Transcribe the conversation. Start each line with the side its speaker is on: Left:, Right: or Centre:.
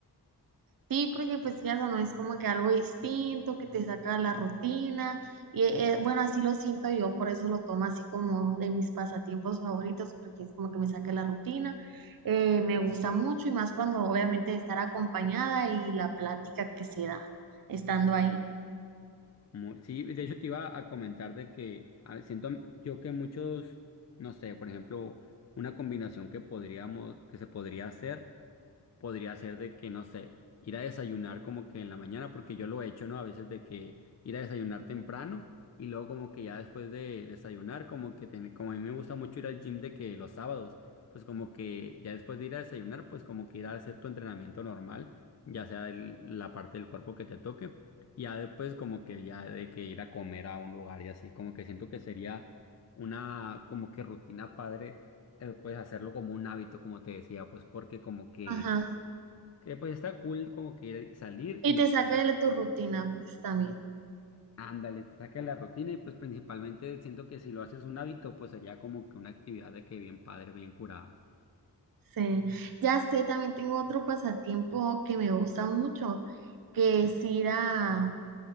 Right: Sí, porque pues ya no es como que algo distinto, que te saca de la rutina. Y eh, bueno, así lo siento yo, por eso lo tomo así como de mis pasatiempos favoritos, porque es como que me saca de la rutina. Eh, me gusta mucho y más cuando obviamente estar acompañada y la plática que se da estando ahí.
Left: Muy- sí, de hecho te iba a comentar de que ah, siento yo que muchos, no sé, por ejemplo, una combinación que podríamos, que se podría hacer. podría ser de que, no sé, ir a desayunar como que en la mañana, porque yo lo he hecho, ¿no? A veces de que ir a desayunar temprano y luego como que ya después de desayunar, como que tener, como a mí me gusta mucho ir al gym de que los sábados, pues como que ya después de ir a desayunar, pues como que ir a hacer tu entrenamiento normal, ya sea el- la parte del cuerpo que te toque, y ya después como que ya de que ir a comer a un lugar y así, como que siento que sería una como que rutina padre eh, pues hacerlo como un hábito, como te decía, pues porque como que
Right: Ajá.
Left: que pues está cool como que salir
Right: Y
Left: y lo,
Right: te saca de tu rutina, pues también.
Left: ándale, te saca de la rutina y pues principalmente siento que si lo haces un hábito, pues sería como que una actividad de que bien padre, bien curada.
Right: Sí. Ya sé, también tengo otro pasatiempo que me gusta mucho, que es ir a,